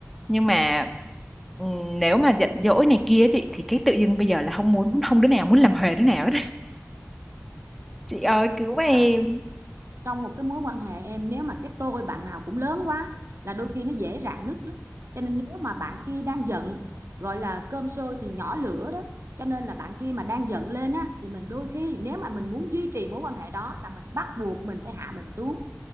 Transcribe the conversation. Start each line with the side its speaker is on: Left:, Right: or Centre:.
Centre: nhưng mà ừm, nếu mà giận dỗi này kia chị thì cái tự dưng bây giờ là không muốn không đứa nào muốn làm huề đứa nào hết <laughs> chị
Right: chị
Centre: ơi
Right: nghĩ
Centre: cứu
Right: không?
Centre: em
Right: Và trong một cái mối quan hệ em nếu mà cái tôi bạn nào cũng lớn quá là đôi khi nó dễ rạn nứt lắm cho nên nếu mà bạn kia đang giận gọi là cơm sôi thì nhỏ lửa đó cho nên là bạn kia mà đang giận lên á thì mình đôi khi nếu mà mình muốn duy trì mối quan hệ đó là mình bắt buộc mình phải hạ mình xuống